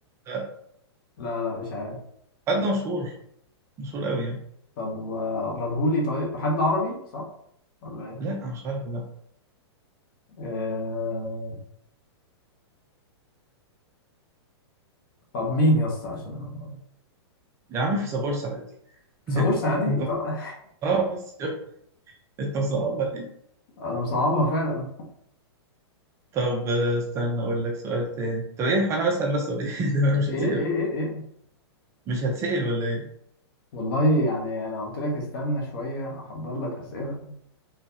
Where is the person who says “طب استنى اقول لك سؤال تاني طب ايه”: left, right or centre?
Right